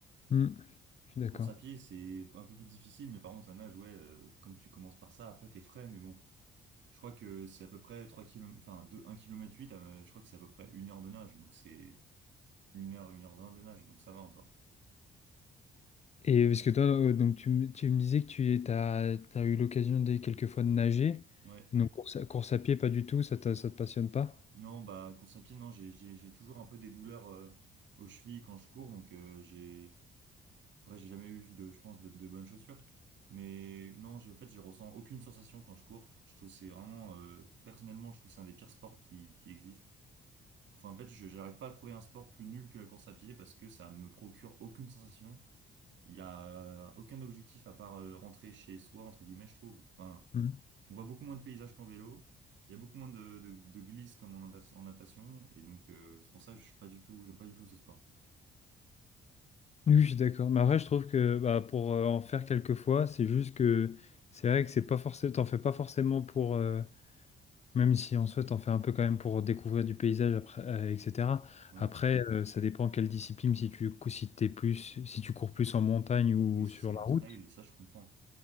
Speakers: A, on the left (about 35°); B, on the right (about 70°).
A: Hmm, je suis d'accord.
B: Course à pied, c'est un peu plus difficile, mais par contre, la nage, ouais, euh, comme tu commences par ça, après, t'es frais, mais bon. Je crois que c'est à peu près trois kilomètres. enfin, 2, 1 km 8, je crois que c'est à peu près une heure de nage, donc c'est une heure, une heure 20 de nage, donc ça va encore.
A: Et parce que toi, euh, donc tu, me tu me disais que tu as, eu l'occasion des quelques fois de nager.
B: Ouais,
A: Et donc course à, course à pied, pas du tout, ça te, ça te passionne pas?
B: Non, bah, course à pied, non, j'ai j'ai- j'ai toujours un peu des douleurs euh, aux chevilles quand je cours, donc euh, j'ai après, j'ai jamais eu, de, je pense, de, de bonnes chaussures. Mais non, je, en fait, je ressens aucune sensation quand je cours. Je trouve que c'est vraiment, euh, personnellement, je trouve que c'est un des pires sports qui, qui existe. Enfin, en fait, je n'arrive pas à trouver un sport plus nul que la course à pied parce que ça me procure aucune sensation. Il y a aucun objectif à part euh, rentrer chez soi, entre guillemets, je trouve. Enfin,
A: Mhm.
B: on voit beaucoup moins de paysages qu'en vélo. Il y a beaucoup moins de, de, de glisses comme en, nata- en natation. Et donc, euh, c'est pour ça que je suis pas du tout, j'aime pas du tout ce sport.
A: Oui, je suis d'accord. Mais après, je trouve que bah, pour euh, en faire quelques fois, c'est juste que c'est vrai que c'est pas forcément, t'en fais pas forcément pour, euh, même si en soi, t'en fais un peu quand même pour découvrir du paysage, après, euh, etc.
B: Ouais.
A: Après, euh, ça dépend quelle discipline, si tu, cou- si t'es plus, si tu cours plus en montagne ou
B: Oui, si
A: sur
B: c'est du
A: la route,
B: trail, ça, je comprends.